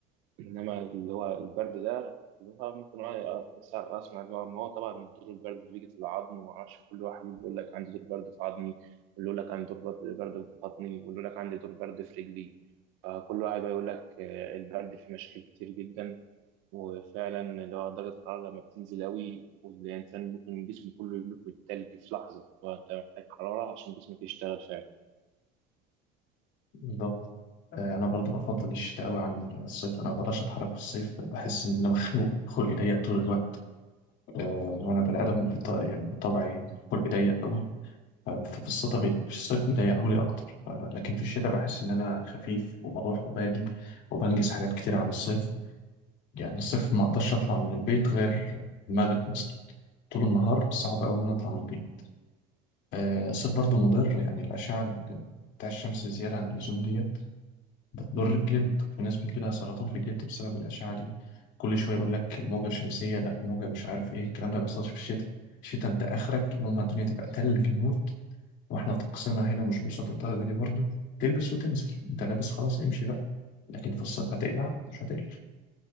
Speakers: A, on the right (about 70°); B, on the left (about 65°).
A: انما اللي هو البرد ده اللي هو ممكن أنا أس- اسمع اللي هو ما هو طبعا دور البرد اللي بيجي في العظم وما اعرفش كل واحد بيقول لك عندي دور برد في عظمي واللي يقول لك عندي دور برد برد في بطني واللي يقول لك عندي دور برد في رجلي فكل واحد بقى يقول لك آه، البرد فيه مشاكل كتير جدا وفعلا اللي هو درجة الحرارة لما بتنزل قوي والإنسان ممكن جسمه كله يموت من التلج في لحظة وأنت محتاج حرارة عشان جسمك يشتغل فعلا.
B: بالظبط آه، انا برضو بفضل الشتاء قوي عن الصيف انا ما بقدرش اتحرك في الصيف بحس ان انا مخنوق خلقي ضيق طول الوقت آه، وانا بني ادم بط- يعني بطبعي خلقي ضيق قوي ففي الصيف بي- في الصيف بيضيقه لي اكتر ف- لكن في الشتاء بحس ان انا خفيف وبروح وباجي وبنجز حاجات كتير عن الصيف يعني الصيف ما اقدرش اطلع من البيت غير المغرب مثلا طول النهار صعب قوي ان انا اطلع من البيت آه، الصيف برضو مضر يعني الاشعه ال- بتاع الشمس زياده عن اللزوم ديت بتضر الجلد في ناس بيجي لها سرطان في الجلد بسبب الأشعة دي كل شوية يقول لك موجة شمسية لا موجة مش عارف إيه الكلام ده ما بيحصلش في الشتاء الشتاء أنت آخرك يوم ما الدنيا تبقى تلج موت وإحنا طقسنا هنا مش بيوصل للدرجة دي برضه تلبس وتنزل أنت لابس خلاص امشي بقى لكن في الصيف هتقلع مش هتقلع